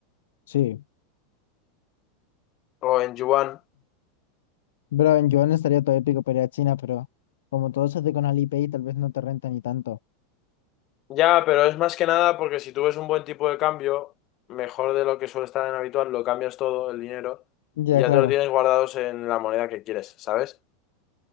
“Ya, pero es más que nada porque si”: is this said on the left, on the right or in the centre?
Left